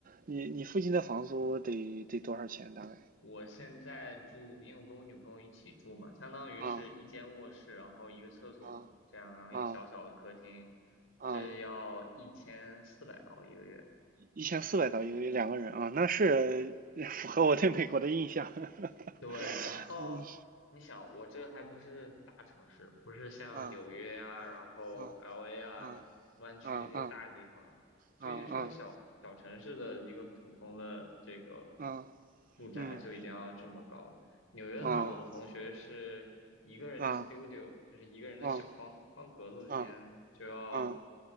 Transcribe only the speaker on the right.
你你附近的房租得得多少钱大概？
啊
啊
啊啊！
一千四百刀一个月两个人啊，那是 <laughs> 符合我对美国的印象。<laughs>
嗯
啊
啊
啊
啊啊
啊啊啊
嗯
啊
啊
啊啊
啊